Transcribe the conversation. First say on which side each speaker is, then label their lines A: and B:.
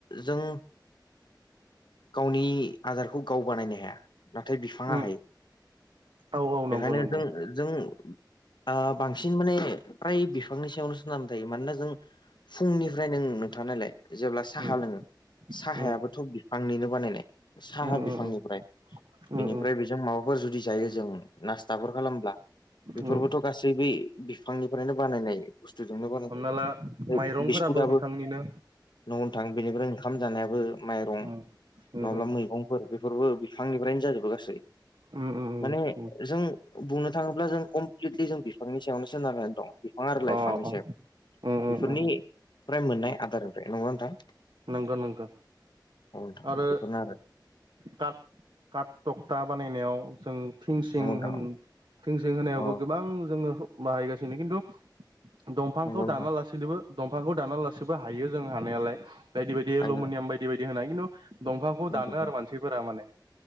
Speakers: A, on the left; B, on the right.
A: जों गावनि आदारखौ गाव बानायनो हाया। नाथाय बिफाङा
B: उम
A: हायो।
B: औ औ
A: बेखायनो
B: नंगौ नंगौ
A: जों-जों ओ बांसिन माने फ्राय बिफांनि सायावनो सोनारो जायो मानोना जों फुंनिफ्राय नों नोंथाङा नायलाय जेब्ला साहा
B: उम
A: लोङो साहायाबो
B: उम
A: थ' बियो निनो बानायनाय सा
B: उम
A: बिफाननिफ्राय
B: उम
A: बेनिफ्राय
B: उम
A: जों माबाफोर जुदि जायो जों नासथाफोर खालामब्ला बेफोरबोथ'
B: उम
A: गासैबो बिफांनिफ्रायनो बानायनाय। बुस्थ जोंनो बानाय,
B: हमना ला माइरंफोराबो
A: बिस्कुट आबो
B: बिफांनिनो
A: न नोंथां। बेनिफ्राय ओंखाम जानायाबो माइरं
B: उम उम
A: ब्ला मैगंफोर बेफोरबो बिफांनिफ्रायनो जाजोबो गासै
B: उम उम,
A: माने
B: उम उम
A: जों बुंनो थाङोब्ला जों कमप्लिटलि जों बिफांनि सायावनो सोनारनानै दं। बिफां आरो लाइफांनि
B: अ अ
A: सायाव
B: उम
A: बेफोरनि
B: उम उम
A: फ्राय मोननाय आदारनिफ्राय नंगना नोंथां?
B: नंगौ नंथां
A: औ नोंथां
B: आरो
A: बेफोरनो आरो
B: काट काट क्ता बानायनायाव जों थिंसिं
A: नंगौ नोंथां
B: होन थिंसिं होनायावबो
A: अ
B: गोबां जोंङो बाहायगासिनो खिन्थु दंफांखौ
A: नंगौ नोंथां
B: दाना लासेनोबो दंफांखौ दानालासेबो हायो जों हानायालाय। बायदि-बायदि एलमिनियाम
A: हायो
B: बायदि-बायदि होनाय खिन्थु दंफांखौ
A: नंगौ
B: दानो
A: नोंथां
B: आरो मानसिफोरा माने